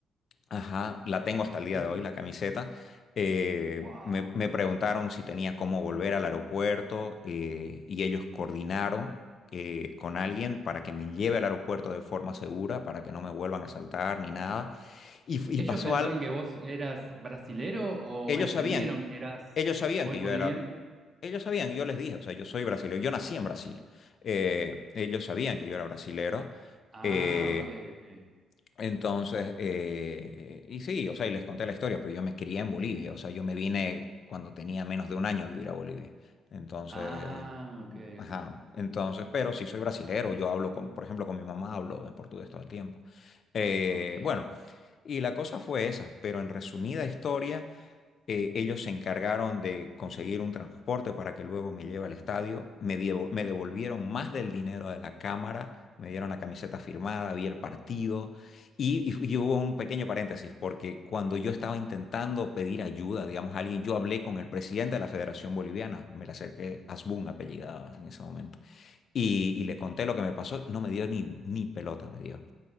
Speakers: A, on the left; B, on the right.
A: Ajá, la tengo hasta el día
B: No,
A: de hoy, la camiseta. Eh,
B: wow.
A: me, me preguntaron si tenía cómo volver al aeropuerto eh, y ellos coordinaron eh, con alguien para que me lleve al aeropuerto de forma segura, para que no me vuelvan a asaltar ni nada. Y, f- y
B: ¿Ellos
A: pasó
B: pensaron
A: algo,
B: que vos eras brasilero o
A: ellos
B: entendieron
A: sabían,
B: que eras
A: ellos sabían
B: bol-
A: que yo
B: boliviano?
A: era, ellos sabían, yo les dije, o sea, yo soy brasileño, yo nací en Brasil. Eh, ellos sabían que yo era brasilero.
B: Ah,
A: Eh,
B: ok, ok.
A: entonces, eh, y sí, o sea, y les conté la historia, pero yo me crié en Bolivia, o sea, yo me vine cuando tenía menos de un año a vivir a Bolivia. Entonces,
B: Ah, ok,
A: ajá,
B: ok.
A: entonces, pero sí soy brasilero, yo hablo con, por ejemplo, con mi mamá hablo en portugués todo el tiempo. Eh,
B: Ok.
A: bueno, y la cosa fue esa, pero en resumida historia, eh, ellos se encargaron de conseguir un transporte para que luego me lleve al estadio. Me, dievo- me devolvieron más del dinero de la cámara, me dieron la camiseta firmada, vi el partido. Y, y- y hubo un pequeño paréntesis, porque cuando yo estaba intentando pedir ayuda, digamos, a alguien, yo hablé con el presidente de la Federación Boliviana, me le acerqué, Asbun apellidada en ese momento, y, y le conté lo que me pasó, no me dio ni, ni pelota, me dio.